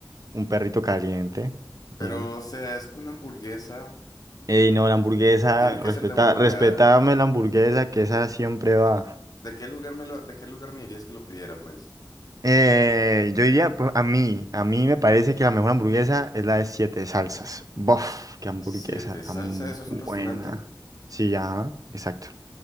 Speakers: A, on the right; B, on the left.
A: un perrito caliente. Bien.
B: Pero, o sea, es que una hamburguesa
A: Ey,
B: ti-
A: no, la hamburguesa,
B: tiene que
A: respeta,
B: ser de buen lugar.
A: respetame la hamburguesa, que esa siempre va.
B: ¿De qué lugar me lo, de qué lugar me dirías que lo pidiera, pues?
A: Eh, yo diría, pues, a mí, a mí me parece que la mejor hamburguesa es la de siete salsas. Bof, qué hamburguesa
B: ¿Siete
A: tan
B: Salsa? ¿Eso es
A: buena.
B: un restaurante?
A: Sí, ya, exacto.